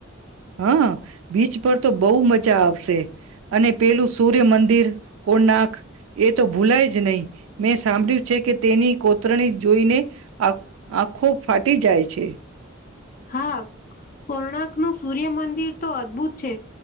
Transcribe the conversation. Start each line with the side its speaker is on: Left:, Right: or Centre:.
Right: હા, બીચ પર તો બહુ મજા આવશે, અને પેલું સૂર્ય મંદિર. કોનાક, એક તો ભૂલાય જ નહીં, મેં સાંભળ્યું છે કે તેની કોતરણી જોઈને, આંખો ફાટી જાય છે.
Left: હા, કોણક નું સૂર્યમંદિર તો અદ્ભુત છે,